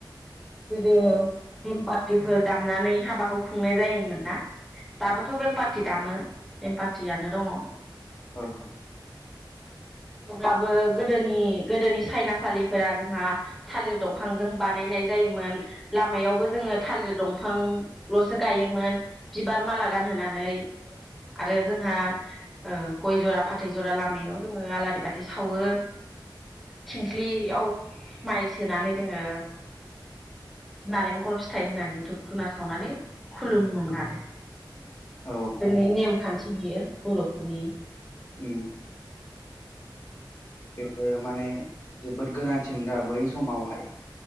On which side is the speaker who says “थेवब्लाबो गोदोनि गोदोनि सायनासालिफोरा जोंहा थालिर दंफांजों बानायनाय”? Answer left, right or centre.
Centre